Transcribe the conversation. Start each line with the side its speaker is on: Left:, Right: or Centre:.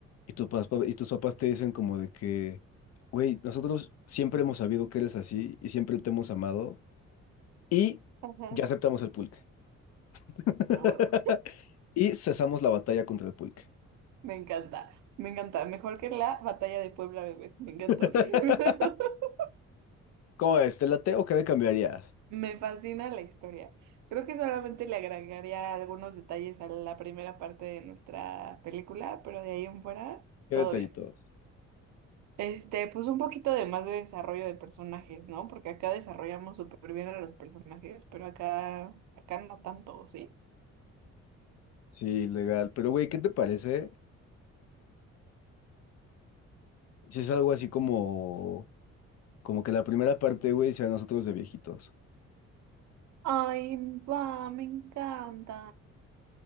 Left: Y, tu pas- y tus papás te dicen como de que, güey, nosotros siempre hemos sabido que eres así y siempre te hemos amado y
Right: Ajá.
Left: ya aceptamos el pulque. <laughs>
Right: A huevo.
Left: Y cesamos la batalla contra el pulque.
Right: Me encanta. Me encanta. Mejor que la batalla de Puebla, bebé. Me encantó.
Left: <laughs>
Right: <laughs>
Left: ¿Cómo es? ¿Te late o qué le cambiarías?
Right: Me fascina la historia. Creo que solamente le agregaría algunos detalles a la primera parte de nuestra película, pero de ahí en fuera,
Left: ¿Qué
Right: todo
Left: detallitos?
Right: bien. Este, pues un poquito de más de desarrollo de personajes, ¿no? Porque acá desarrollamos súper bien a los personajes, pero acá, acá no tanto, ¿sí?
Left: Sí, legal. Pero, güey, ¿qué te parece? Si es algo así como, como que la primera parte, güey, sea nosotros de viejitos.
Right: Ay, va, me encanta.